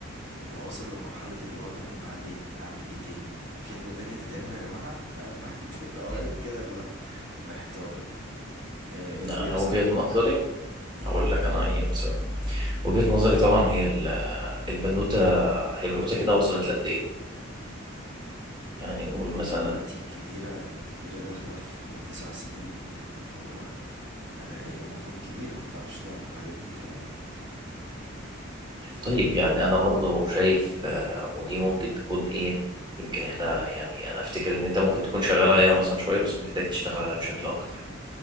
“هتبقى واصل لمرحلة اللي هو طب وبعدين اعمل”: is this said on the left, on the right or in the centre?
Right